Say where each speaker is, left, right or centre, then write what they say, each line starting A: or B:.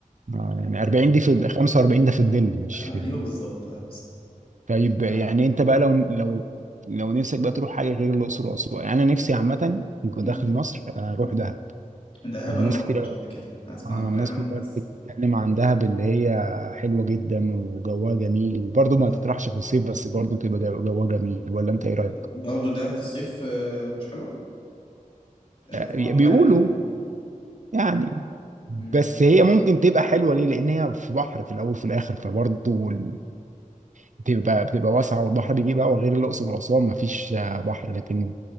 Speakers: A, on the right (about 60°); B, on the left (about 40°).
A: آه، يعني 40 دي في 45 ده في الظل مش
B: ايوه
A: في ال-
B: بالظبط اه بالظبط
A: طيب يعني
B: آه.
A: انت بقى لو لو لو نفسك بقى تروح حاجه غير الاقصر واسوان يعني انا نفسي عامه داخل
B: مم.
A: مصر اروح
B: مم.
A: دهب
B: دهب
A: الناس
B: انا ما رحتهاش
A: كتير
B: قبل كده اسمع
A: اه الناس
B: فعلا
A: كلها
B: بس
A: بتتكلم عن دهب اللي هي حلوه جدا وجوها جميل وبرضه ما
B: اه
A: تطرحش في الصيف بس برضه تبقى جو- جوها جميل ولا انت ايه رايك
B: برضه ده في الصيف آه، مش حلوه آه، صعب
A: بي- بيقولوا
B: يعني إن-
A: يعني
B: مم.
A: بس هي ممكن تبقى حلوه ليه لان هي في بحر في الاول وفي الاخر فبرضه ال- بتبقى بتبقى واسعه والبحر بيجيب هوا غير الاقصر واسوان ما فيش بحر لكن